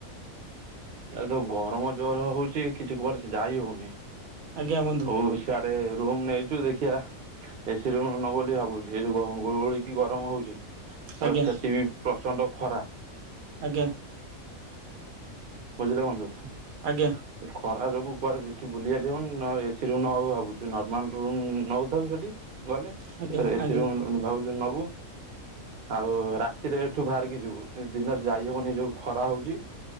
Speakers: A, on the right; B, on the right.
A: ଏ ତ ଗରମ ଜୋରେ ହଉଛି କିଛି କୁ ଆଡେଯାଇ ହଉନି
B: ଆଜ୍ଞା ବନ୍ଧୁ
A: ହଉ। ସି ଆଡେ ରୁମ୍ ନେଇଛୁ ଦେଖିିବା। ଏସି ରୁମ୍ ନବୁ ବୋଲି ଭାବୁଛି ଏଇ ଯୋଉ ଗୁଳୁଗୁଳିକି ଗରମ ହଉଛି। ତ
B: ଆଜ୍ଞା
A: ସେଠି ବି ପ୍ରଚଣ୍ଡ ଖରା।
B: ଆଜ୍ଞା।
A: ବୁଝିଲେ ବନ୍ଧୁ।
B: ଆଜ୍ଞା।
A: ସେ ଖରା ଯୋଗୁ କୁଆଡେ ବେଶୀ ବୁଲିବାଲି ହଉନି ନ ଏସି ରୁମ୍ ନବ ଭାବୁଛୁ ନର୍ମାଲ ରୁମ ନଉଥାଉ ସେଠି। ଗଲେ
B: ଆଜ୍ଞା
A: ଏଥର ଏସି
B: ଆଜ୍ଞା ଆଜ୍ଞା
A: ରୁମ୍ ଭାବୁଚୁ ନବୁ ଆଉ ରା ଏଥିରେ ଏଠୁ ବାହାରିକି ଯିବୁ ଦିନରେ ଯାଇ ହବନି ଯୋଉ ଖରା ହଉଚି